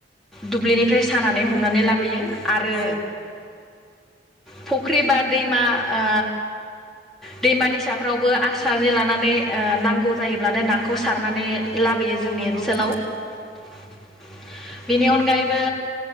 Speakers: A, in the centre; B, on the right.
A: दुब्लिनिफ्राय सानानै हमनानै लाबोयो । आरो
B: औ
A: फुख्रि बा दैमा ओ दैमा दैसाफ्रावबो आस्रा जे लानानै ओ नांगौ जायोब्लानो नाखौ सारनानै लाबोयो
B: औ
A: जोंनि
B: नंगौ
A: ओनसोलाव
B: नोंथां
A: । बेनि अन गायैबो